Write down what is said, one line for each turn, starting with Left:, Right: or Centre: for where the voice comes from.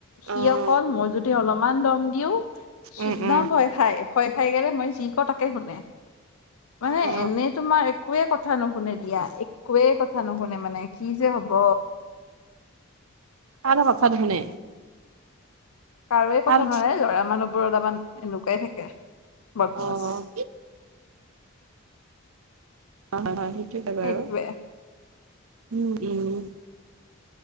Left: সি
Right: অ',
Left: অকল মই যুদি অলপমান দম দিও শিদিনাও
Right: উম, উম।
Left: ভয় খায়। ভয় খাই গলে মই যি ক তাকে শুনে মানে
Right: অ',
Left: এনেই তোমাৰ। একোৱে কথা নুশুনে দিয়া একোৱে কথা নুশুনে মানে কি যে হব।
Right: কাৰো কথা নুশুনে।
Left: কাৰোৱে
Right: ভাল
Left: কথা নোশুনে লৰা মানুহবোৰ অলাপমান এনেকুৱাই থাকে বদমাছ।
Right: অ', হয় হয় হয় সেইটোয়ে হয় বাৰু
Left: সেইটোৱে।
Right: উম উম।